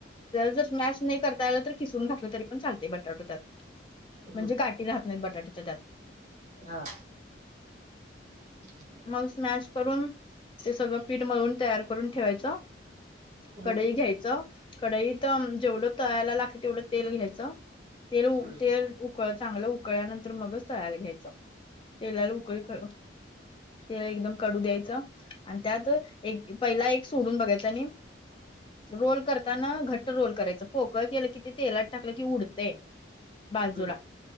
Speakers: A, on the left; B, on the right.
A: जर स्मॅश नाही करता आलं तर खिसून घातलं तरी पण चालते बटाट त्यात, म्हणजे
B: हम्म
A: गाठ ते राहत नाहीत‌ बटाट्याच्या त्यात.
B: हा. <inaudible>
A: मग स्मॅश करून, ते सगळं पीठ मळून तयार करून ठेवायचं.
B: हम्म
A: कढई घ्यायच कढईत जेवढं तळायला लागते तेवढं तेल घ्यायचं, तेल
B: हम्म
A: तेल उकळ चांगलं उकळल्यानंतर मगच तळायला घ्यायचं, तेलाला उकळी ख तेला एकदम कढू द्यायचं आणि त्यात एक पहिला एक सोडून बघायच आणि रोल करताना घ ट रोल करायच पोकळ केलं कि ते तेलात टाकलं की उडतेय, बाजूला
B: हम्म